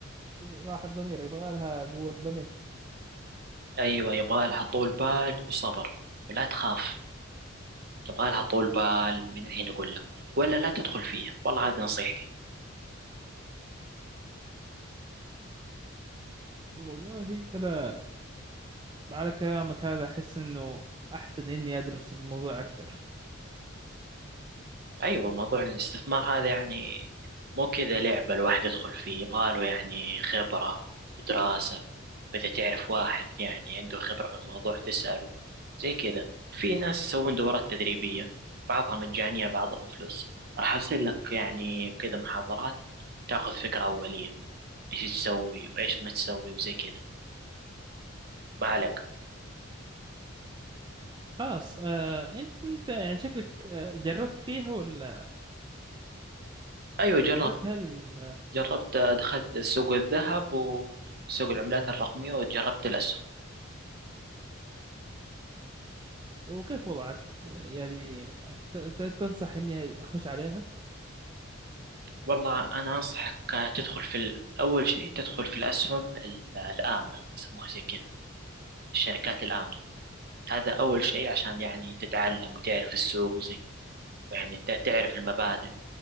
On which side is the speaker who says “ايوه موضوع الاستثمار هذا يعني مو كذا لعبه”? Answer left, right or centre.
Right